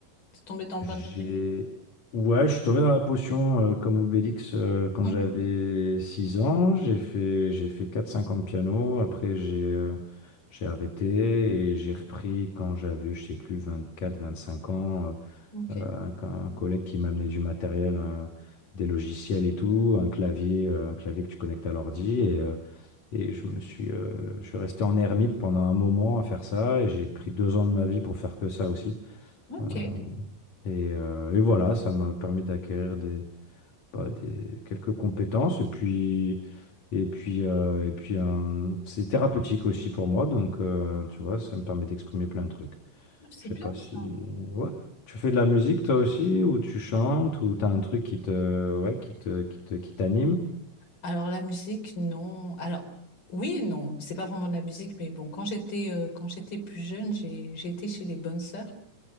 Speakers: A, on the left; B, on the left.
A: t'es tombé dans le
B: J'ai...
A: bain de la musique?
B: Ouais, je suis tombé dans la potion euh, comme Obélix euh, quand
A: Mhm.
B: j'avais 6 ans. J'ai fait, j'ai fait quatre, cinq ans de piano. Après, j'ai euh, j'ai arrêté et j'ai repris quand j'avais, je sais plus, vingt-quatre, vingt-cinq ans. euh,
A: Ok,
B: euh, un, un collègue qui m'a amené du matériel, un- des logiciels et tout, un clavier, euh, un clavier que tu connectes à l'ordi. Et, euh, et je me suis, euh, je suis resté en ermite pendant un moment à faire ça. Et j'ai pris deux ans de ma vie pour faire que ça aussi.
A: ok.
B: Euh, Et, euh, et voilà, ça m'a permis d'acquérir des, bah, des, quelques compétences. Et puis, et puis, euh, et puis euh, c'est thérapeutique aussi pour moi. Donc, euh, tu vois, ça me permet d'exprimer plein de trucs.
A: Ah, C'est
B: Je
A: bien
B: sais pas si...
A: ça.
B: Ouais. Tu fais de la musique toi aussi, ou tu chantes, ou t'as un truc qui te... Ouais, qui te... qui te... qui t'anime?
A: Alors la musique, non. Alors oui et non, c'est pas vraiment de la musique, mais bon, quand j'étais euh, quand j'étais plus jeune, j'ai j'ai été chez les bonnes sœurs.